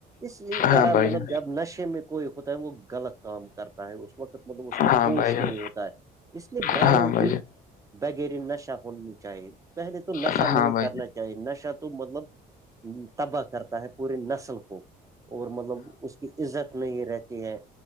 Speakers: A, on the right; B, on the left.
A: اسی طرح
B: ہاں بھائی
A: مطلب
B: جان
A: جب نشے میں کوئی ہوتا ہے وہ غلط کام کرتا ہے اس وقت مطلب اس کو
B: ہاں
A: ہوش
B: بھائی جان
A: نہیں ہوتا ہے اس لیے ڈرائیونگ
B: ہاں بھائی
A: بھی
B: جان
A: بگری نشہ ہونی چاہیے پہلے تو نشہ
B: ہاں
A: نہیں
B: بھائی
A: کرنا
B: جان
A: نشا تو مطلب تباہ کرتا ہے پوری نسل کو اور مطلب اس کی عزت نہیں رہتی ہے